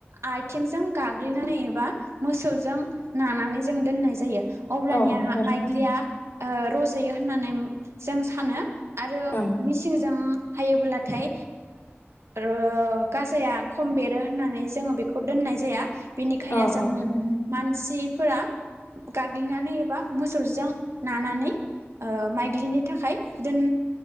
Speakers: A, on the right; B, on the left.
A: आथिंजों गाग्लिनानै एबा मोसौजों नानानै जों दोननाय जायो अब्लानिया
B: औ औ थारैनो
A: माइग्लिया ओ रज'यो होननानै जों सानो आरो
B: औ
A: मिसिंजों हायोब्ला नाथाय ओ गाजाया खम बेरो होननानै जोङो बेखौ दोननाय जाया बेनिखायनो
B: औ
A: जों
B: औ थारैनो
A: मानसिफोरा गाग्लिनानै एबा मोसौजों नानानै ओ माइग्लिनि थाखाय दोन